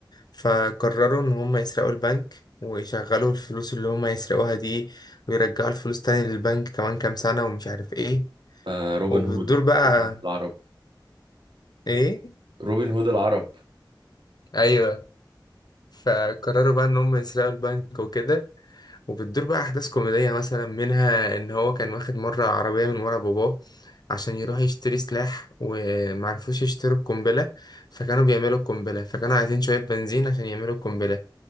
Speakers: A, on the left; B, on the right.
A: فقرروا إن هما يسرقوا البنك ويشغلوا الفلوس اللي هما يسرقوها دي ويرجعوا الفلوس تاني للبنك كمان كام سنة ومش عارف ايه
B: آه روبن
A: وبتدور
B: هود
A: بقى
B: العرب
A: ايه
B: روبن هود العرب
A: ايوه فقرروا بقى ان هم يسرقوا البنك وكده وبتدور بقى احداث كوميديه مثلا منها ان هو كان واخد مره عربيه من ورا باباه عشان يروح يشتري سلاح ومعرفوش يشتروا القنبله فكانوا بيعملوا القنبله فكانوا عايزين شويه بنزين عشان يعملوا القنبله